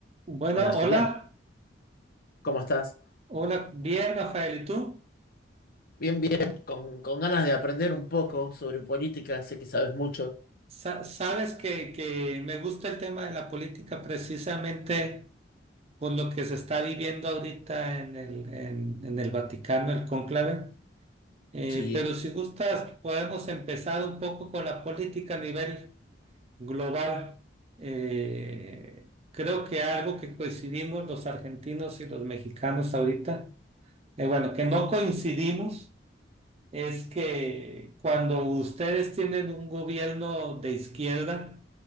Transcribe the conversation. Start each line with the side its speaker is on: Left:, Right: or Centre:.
Right: Bueno,
Left: Hola, Giriam,
Right: hola,
Left: ¿cómo estás?
Right: hola, bien, Rafael, ¿y tú?
Left: Bien, bien, con, con ganas de aprender un poco sobre política, sé que sabes mucho.
Right: Sa- sabes que, que me gusta el tema de la política precisamente por lo que se está viviendo ahorita en el, en, en el Vaticano, el cónclave. Eh,
Left: Sí,
Right: pero si gustas, podemos empezar un poco con la política a nivel global. Eh, creo que algo que coincidimos los argentinos y los mexicanos ahorita, eh, bueno, que no coincidimos es que cuando ustedes tienen un gobierno de izquierda